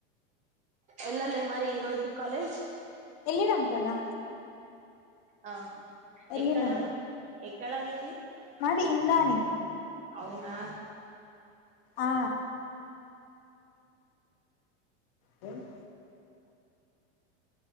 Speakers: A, on the right; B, on the left.
A: ఎళ్ళలే మరి ఈరోజు కాలేజ్?
B: ఎలి రాం కదా
A: ఆ
B: వెళ్ళినం
A: ఎక్కడ ఎక్కడ మీది
B: మాది ఇందాని
A: అవునా
B: ఆ దెన్